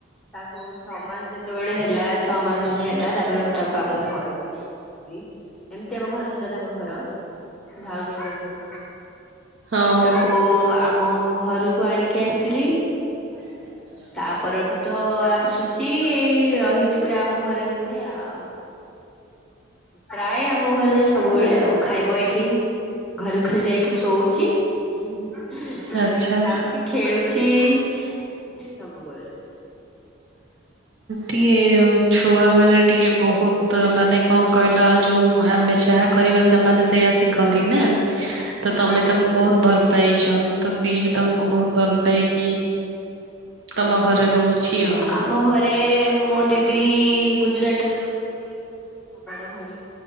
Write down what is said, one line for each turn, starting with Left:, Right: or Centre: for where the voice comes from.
Centre: ତାକୁ ଛଅ ମାସ ଯେତେବେଳେ ହେଲା, ଛଅ ମାସର ସେ ହେଲା ତାପରେ ମୁଁ ତାକୁ ଆମ ଘରକୁ ନେଇ ଇଥିଲି, ଏମିତି ଆମ ଘର ସିଧା ତାଙ୍କ ଘର, ଭାଉଜଙ୍କ ଝିଅ।
Right: ଓହୋ
Centre: ମୁଁ ତାକୁ ଆମ ଘରକୁ ଆଣିକି ଆସିଲି।
Right: ଆ
Centre: ତାପରଠୁ ତ ଆସୁଛି ଏଇ ରହିଛି ପୁରା ଆମ ଘରେ ରୁହେ ଆଉ। ପ୍ରାୟ ଆମ ଘରେ ସବୁବେଳେ ଆଉ ଖାଇବ ଏଇଠି। ଘରୁ ଖାଲି ଯାଇକି ଶୋଉଛି। ନହଲେ
Right: ଆଚ୍ଛା।
Centre: ଏଇଠି ଖାଉଛି ଖେଳୁଛି ସବୁ କରୁଛି।
Right: ଟିକେ ଛୁଆ ମାନେ ଟିକେ ବହୁତ ମାନେ କଣ କହିଲ ଯୋଉ ଆମେ ଯାହା କରିବା ସେମାନେ ସେଇୟା ଶିଖନ୍ତି ନା। ତ ତମେ
Centre: ହଁ।
Right: ତାକୁ ବହୁତ ଭଲ ପାଇଛ ତ ସିଏ ବି ତମକୁ ବହୁତ ଭଲ ପାଇକି ତମ ଘରେ ରହୁଛି ଆଉ।
Centre: ଆମ ଘରେ ମୋ ଦିଦି ଗୁଜୁରାଟ ରେ ରହୁଛନ୍ତି ମୋ ବଡ ଭଉଣୀ।